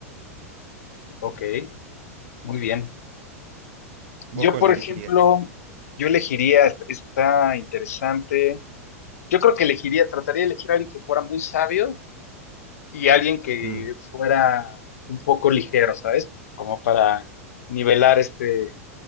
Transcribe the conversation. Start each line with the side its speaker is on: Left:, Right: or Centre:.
Left: Ok, muy bien.
Right: ¿Vos
Left: Yo,
Right: cuál
Left: por
Right: elegirías?
Left: ejemplo, yo elegiría, est- está interesante. Yo creo que elegiría, trataría de elegir a alguien que fuera muy sabio y alguien que
Right: Mm,
Left: fuera un poco ligero, ¿sabes? Como para nivelar este,